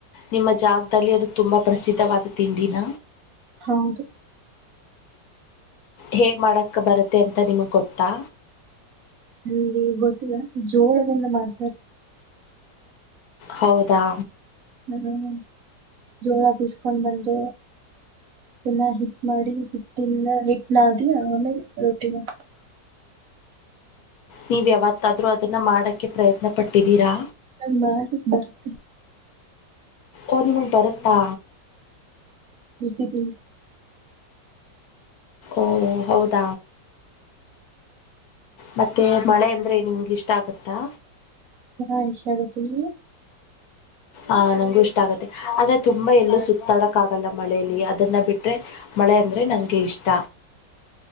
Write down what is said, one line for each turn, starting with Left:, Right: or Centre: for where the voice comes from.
Left: ನಿಮ್ಮ ಜಾಗದಲ್ಲಿ ಅದು ತುಂಬಾ ಪ್ರಸಿದ್ಧವಾದ ತಿಂಡಿನ
Right: ಹೌದು
Left: ಹೇಗ್ ಮಾಡಕ ಬರತ್ತೆ ಅಂತ ನಿಮ್ಗ್ ಗೊತ್ತಾ
Right: ನಮಗೆ ಗೊತ್ತಿಲ್ಲ ಜೋಳದಿಂದ ಮಾಡ್ತಾರೆ
Left: ಹೌದಾ
Right: ಹ್ಮ್ ಜೋಳ ಬೀಸ್ಕೊಂಡ್ ಬಂದು ಅದನ್ ಹಿಟ್ ಮಾಡಿ ಹಿಟ್ಟಿಂದ ಹಿಟ್ ನಾದಿ ಆಮೇಲೆ ರೊಟ್ಟಿನ
Left: ನೀವ್ ಯಾವತ್ತಾದ್ರೂ ಅದನ್ನ ಮಾಡಕ್ಕೆ ಪ್ರಯತ್ನ ಪಟ್ಟಿದ್ದೀರಾ
Right: ನಮ ಮಾಡಿಕ್ಕೆ ಬರುತ್ತೆ
Left: ಓ ನಿಮಗ್ ಬರತ್ತಾ
Right: ಬತೆಿದ್ದ
Left: ಓ ಹೌದ ಮತ್ತೆ ಮಳೆ ಅಂದ್ರೆ ನಿಮ್ಗೆ ಇಷ್ಟ ಆಗತ್ತಾ
Right: ಹ ಇಐಶಾಆಗುತ್ತೆ ನಿಮ್ಗೆ
Left: ಆ ನಂಗು ಇಷ್ಟ ಆಗತ್ತೆ ಆದ್ರೆ ತುಂಬಾ ಎಲ್ಲೂ ಸುತ್ತಾಡಕ್ ಆಗಲ್ಲ ಮಳಲಿ ಅದನ್ನ ಬಿಟ್ರೆ ಮಳೆ ಅಂದ್ರೆ ನಂಗೆ ಇಷ್ಟ